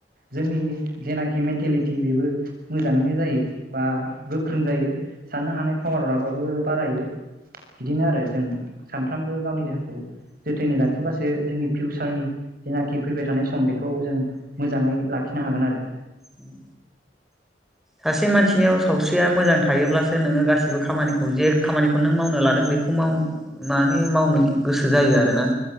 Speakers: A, on the right (about 55°); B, in the centre.
A: जोंनि जेनाखि मेन्टेलिटि बेबो मोजाङैनो जायो बा गोख्रों जायो साननो हानाय पावाराबाबो बारायो। बिदिनो आरो जों सानफ्रामबो गावनि देहाखौ जोथोनै लाखिबासो जोंनि फिउसारनि जेनाखि फैबाय थानाय सम बेखौ जों मोजाङै लाखिनो हागोन आरो।
B: उम सासे मानसिनियाव सावस्रिया मोजां थायोब्लासो नोङो गासिबो खामानिखौ जे खामानिखौ नों मावनो लादों बेखौ मावनानै मावनो गोसो जायो आरोना।